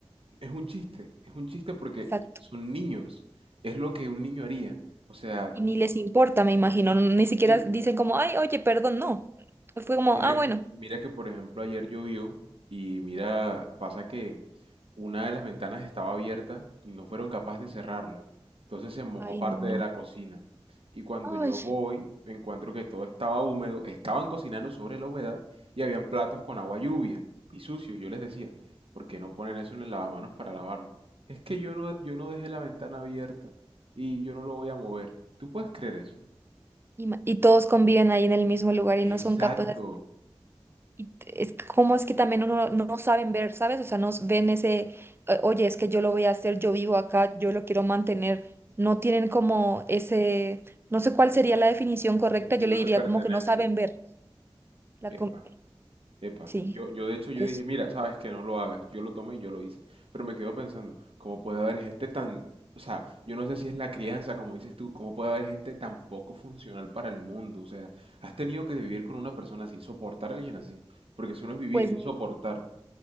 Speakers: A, on the right; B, on the right.
A: es un chiste, es un chiste porque
B: exacto.
A: son niños, es lo que un niño haría. O sea,
B: Y ni
A: no-
B: les importa, me imagino. Ni siquiera
A: sí.
B: dicen como, ay, oye, perdón, no. Fue como,
A: Mira,
B: ah, bueno.
A: mira que por ejemplo ayer llovió y mira, pasa que Una de las ventanas estaba abierta y no fueron capaces de cerrarla. Entonces se mojó
B: Ay,
A: parte
B: no.
A: de la cocina. Y cuando
B: Ay.
A: yo voy, me encuentro que todo estaba húmedo, estaban cocinando sobre la humedad y habían platos con agua lluvia y sucios. Yo les decía, ¿por qué no ponen eso en el lavamanos para lavarlo? Es que yo no, yo no dejé la ventana abierta y yo no lo voy a mover. ¿Tú puedes creer eso?
B: Y, ma- y todos conviven ahí en el mismo lugar y no
A: Exacto.
B: son capaces. Y t- es como es que también uno no, no saben ver, ¿sabes? O sea, no ven ese, "Eh, oye, es que yo lo voy a hacer, yo vivo acá, yo lo quiero mantener. No tienen como ese, no sé cuál sería la definición correcta,
A: Sentido
B: yo le diría
A: de pertenencia.
B: como que no saben ver. La,
A: Epa.
B: com-
A: Epa,
B: sí,
A: yo, yo de hecho yo
B: es
A: dije, mira, sabes que no lo hagas, yo lo tomé y yo lo hice, pero me quedo pensando, ¿cómo puede haber gente tan, o sea, yo no sé si es la crianza, como dices tú, cómo puede haber gente tan poco funcional para el mundo? O sea, has tenido que vivir con una persona así, soportar a alguien así, porque eso no es vivir,
B: pues.
A: eso es soportar.